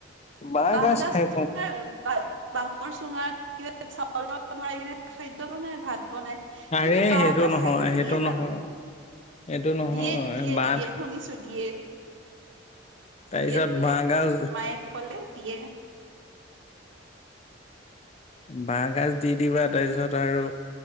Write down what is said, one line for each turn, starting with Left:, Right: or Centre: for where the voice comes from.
Left: বাঁহগাজ
Right: বাঁহ গাজ
Left: খাই
Right: টো
Left: পোৱা
Right: তোমাৰ <unintelligible> বাহ -বাহৰ চুঙাত কিবা চাউলৰ ভৰাই কিনে খাদ্য বনাই ভাত বনাই কিন্তু,
Left: আৰে
Right: বাঁহ
Left: সেইটো
Right: গাজ
Left: নহয়
Right: সেইটোত
Left: সেইটো
Right: দিয়ে জানো?
Left: নহয় সেইটো নহয়
Right: দিয়ে -দিয়ে
Left: বাট
Right: -দিয়ে শুনিছো দিয়ে। <inaudible>
Left: তাৰপিছত
Right: দিয়ে বোলে
Left: বাঁহগাজ
Right: মায়ে কলে দিয়ে।
Left: বাঁহগাজ দি দিবা তাৰপিছত আৰু